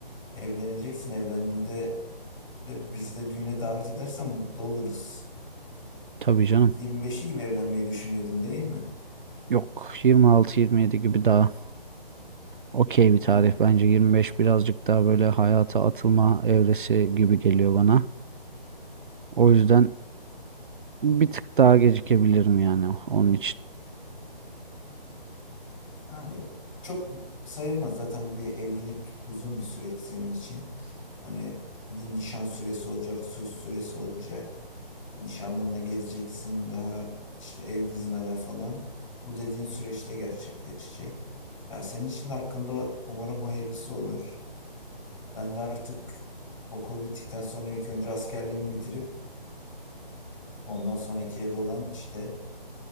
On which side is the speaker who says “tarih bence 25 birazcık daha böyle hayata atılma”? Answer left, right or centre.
Right